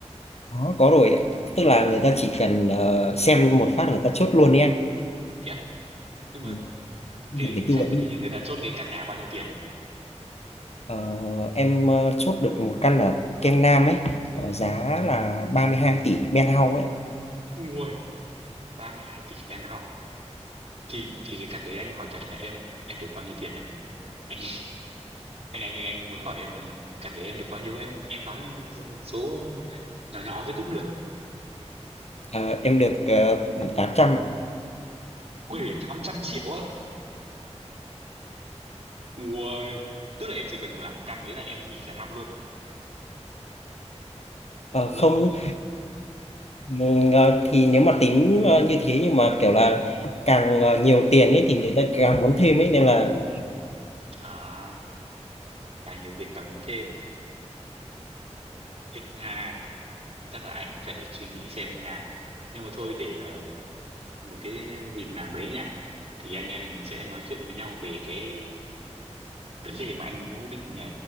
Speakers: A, on the left (about 65°); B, on the right (about 65°).
A: có có rồi ạ. tức là người ta chỉ cần ờ, xem một phát người ta chốt luôn đi anh
B: thế á? nhưng mà
A: Ừ, không
B: cái
A: cần phải tư
B: khách
A: vấn
B: đấy thì người ta chốt cái căn nhà bao nhiêu tiền đấy
A: Ờ, em ờ, chốt được một căn ở Keng Nam ấy ờ, giá là 32 tỷ Penthouse ấy
B: ui 32 tỷ penthouse thì thì cái căn đấy anh hỏi thật là em em được bao nhiêu tiền đấy anh anh anh anh muốn hỏi em là căn đấy em được bao nhiêu em em nói số số nhỏ nhỏ thôi cũng được
A: Ờ, em được uh, 800 ạ.
B: bảy tám trăm triệu á ui tức là em chỉ cần một làm căn đấy là em nghỉ cả năm luôn
A: Ờ,
B: đúng
A: không
B: không
A: Ừ, ờ, thì nếu mà tính ờ, như thế nhưng mà kiểu là càng ờ, nhiều tiền ấy thì người ta càng muốn thêm ấy nên là ờ,
B: à càng nhiều tiền càng muốn thêm thích ha chắc là anh phải suy nghĩ xem như nào nhưng mà thôi để ờ, một cái dịp nào đấy nha thì anh em mình sẽ nói chuyện với nhau về cái vấn đề mà anh có định ờ,